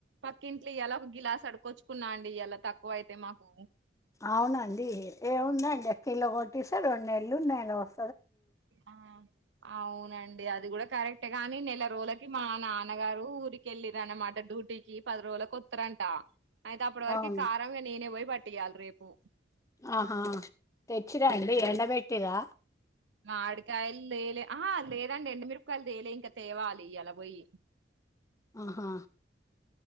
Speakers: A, on the right; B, on the left.
A: పక్కింట్లో ఇయలా ఒక గ్లాస్ అడుకొచ్చుకున్నా అండి ఇయలా తక్కువ అయితే మాకు
B: అవునండి ఏముందండి ఒక కిలో కొట్టిస్తే రెండు నెలు అలా
A: ఆ అవునండి అది కూడా కరెక్టే ఏ గాని నెల రోజులకి మా నాన్నగారు ఊరికి వెళ్ళిరు అన్నమాట డ్యూటీకి పది రోజులకి వస్తారంట అయితే అప్పటి వరకు
B: అవును
A: కారంగా నేనే పోయి పట్టియాలి రేపు
B: ఆహా తెచ్చిరా అండి ఎండబెట్టి రా
A: మావిడికాయలు లేలే ఆహా లేదండి ఎండి మిరపకాయలు తేలే ఇంకా తేవాలి అలా పోయి
B: ఆహా